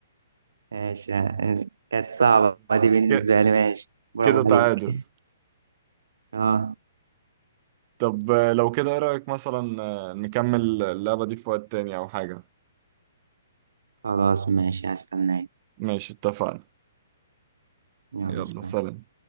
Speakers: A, on the right; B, on the right.
A: ماشي آه، كانت صعبة دي بالنسبة
B: ك-
A: لي ماشي برافو
B: كده تعادل
A: عليك اه
B: طب آه، لو كده ايه رأيك مثلا آه، نكمل اللعبة دي في وقت تاني او حاجة
A: خلاص ماشي هستناك
B: ماشي اتفقنا
A: يلا
B: يلا
A: سلام
B: سلام